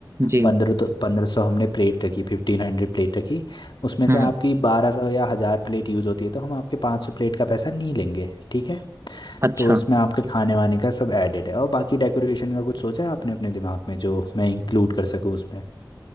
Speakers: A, on the right; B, on the left.
A: जी
B: पंद्रह तो पंद्रह सौ हमने प्लेट रखी फिफ्टीन हंड्रेड प्लेट रखी उसमें से
A: हम्म
B: आपकी बारह सौ या हज़ार प्लेट यूज़ होती है तो हम आपके पाँच सौ प्लेट का पैसा नहीं लेंगे ठीक है
A: अच्छा
B: तो इसमें आपके खाने वाने का सब एडेड है और बाकी डेकोरेशन का कुछ सोचा है आपने अपने दिमाग में जो मैं इंक्लूड कर सकूँ उसमें